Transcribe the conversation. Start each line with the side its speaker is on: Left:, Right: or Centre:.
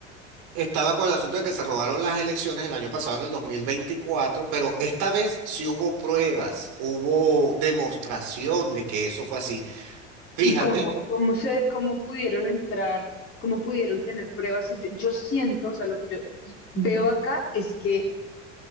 Right: estaba con el asunto de que se robaron las elecciones el año pasado, en el dos mil veinticuatro pero esta vez sí hubo pruebas, hubo demostración de que eso fue así. Fíjate,
Left: ¿Y cómo? ¿Cómo se, cómo pudieron entrar? ¿Cómo pudieron tener pruebas? Y yo, yo siento, o sea, lo que yo veo acá es que